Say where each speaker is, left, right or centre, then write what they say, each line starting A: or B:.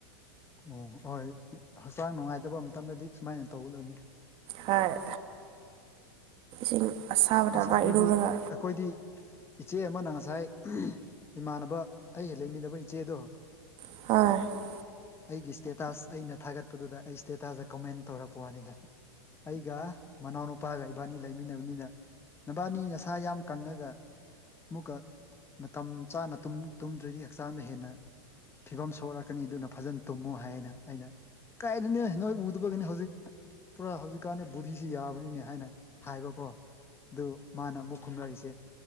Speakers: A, on the left (about 20°); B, on the right (about 40°).
A: ꯑꯣ ꯍꯣꯏ ꯍꯛꯆꯥꯡ ꯅꯨꯡꯉꯥꯏꯇꯕ ꯃꯇꯝꯗꯗꯤ ꯁꯨꯃꯥꯏꯅ ꯇꯧꯒꯗꯕꯅꯤ
B: ꯍꯥꯏ ꯏꯁꯤꯡ ꯑꯁꯥꯕꯅ
A: ꯑꯁ
B: ꯑꯃ
A: ꯑꯩꯈꯣꯏꯗꯤ
B: ꯏꯔꯨꯔꯒ
A: ꯑꯩꯈꯣꯏꯗꯤ ꯏꯆꯦ ꯑꯃꯅ ꯉꯁꯥꯏ ꯏꯃꯥꯟꯅꯕ ꯑꯩꯒ ꯂꯩꯃꯤꯟꯅꯕ ꯏꯆꯦꯗꯣ
B: <unintelligible>
A: ꯑꯩꯒꯤ ꯏꯁꯇꯦꯇꯥꯁ ꯑꯩꯅ ꯊꯥꯒꯠꯄꯗꯨꯗ ꯑꯩ ꯏꯁꯇꯦꯇꯥꯁꯇ ꯀꯃꯦꯟ ꯇꯧꯔꯛꯄ ꯋꯥꯅꯤꯗ ꯑꯩꯒ ꯃꯅꯥꯎꯅꯨꯄꯥꯒ ꯏꯕꯥꯅꯤ ꯂꯩꯃꯤꯟꯅꯕꯅꯤꯅ ꯅꯕꯥꯅꯤ ꯅꯁꯥ ꯌꯥꯝ ꯀꯪꯉꯒ ꯑꯃꯨꯛꯀ ꯃꯇꯝ ꯆꯥꯅ ꯇꯨꯝꯗ꯭ꯔꯗꯤ ꯍꯛꯆꯥꯡꯗ ꯍꯦꯟꯅ ꯐꯤꯚꯝ ꯁꯣꯛꯂꯛꯀꯅꯤ ꯑꯗꯨꯅ ꯐꯖꯅ ꯇꯨꯝꯃꯨ ꯍꯥꯏꯌꯦꯅ ꯑꯩꯅ ꯀꯥꯏꯗꯅꯦ ꯅꯣꯏ ꯎꯗꯕꯒꯤꯅꯦ ꯍꯧꯖꯤꯛ ꯄꯨꯔꯥ ꯍꯧꯖꯤꯛꯀꯥꯟꯗ ꯕꯨꯙꯤꯁꯤ ꯌꯥꯕꯅꯤꯅꯦ ꯍꯥꯏꯅ ꯍꯥꯏꯕꯀꯣ ꯑꯗꯨ ꯃꯥꯅ ꯑꯃꯨꯛ ꯈꯨꯝꯂꯛꯏꯁꯦ